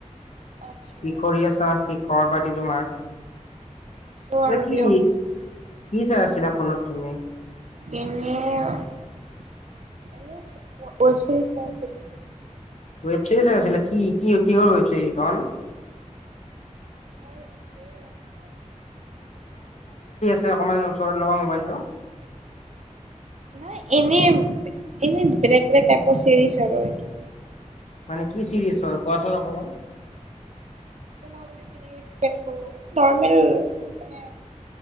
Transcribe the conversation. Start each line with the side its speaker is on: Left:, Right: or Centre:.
Right: আচ্ছা
Left: কি কৰি আছা? কি খৰ পাতি তোমাৰ?
Right: আছো আৰু
Left: এ', কি
Right: দিয়ক
Left: কি চাই আছিলা। ফোনত তুমি?
Right: এনে এনে ৱেব চিৰিজ চাই আছিলোঁ।
Left: ৱেব চিৰিজ চাই আছিলা। কি কি কিহৰ ৱেব চিৰিজ এখন খন?
Right: <unintelligible>
Left: আ', অকমান ওচৰত লবা মোবাইলটো
Right: নাই। এনে এনে বেলেগ বেলেগ টাইপৰ চিৰিজ আৰু এইটো
Left: মানে কি চিৰিছ হয়। কোৱাচোন অকমান
Right: মই মানে কেনেকে এক্সপ্ৰেছ কৰো। নৰ্মেল মানে